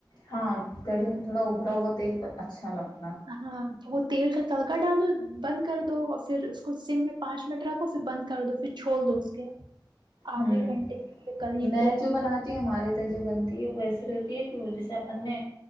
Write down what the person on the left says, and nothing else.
ہاں کڑھی تھوڑا ابرا ہو وہا تل اچھا لگتا <unintelligible>
ہوں
میں
جو بناتی ہوں ہمارے ادھر جو بنتی ہے ویسے <unintelligible> تی ہے کہ جیسے اپن نے